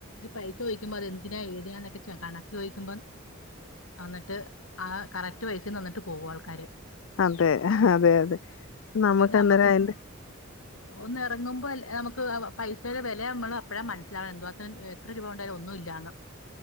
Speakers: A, on the left; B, on the left.
A: പൈസ ചോിക്കുമ്പോ അതെന്തിനാ ഏതിനാന്നൊക്കെ ച്ച കണ ചോദിക്കുമ്പം എന്നിട്ട് ആ കറക്റ്റ് പൈസ തന്നിട്ട് പോകും ആൾക്കാര്
B: അതെ അതെ അതെ നമുക്ക്
A: പിന്നെ നമ്മക്ക്
B: അന്നേരം അയിന്റെ
A: ഒന്ന ഇറങ്ങുമ്പോ അല്ല നമുക്ക് പൈസയുടെ വില നമ്മൾ അപ്പോഴാ മന <inaudible> എത്ര രൂപ ഉണ്ടായാലും ഒന്നും ഇല്ലാന്ന്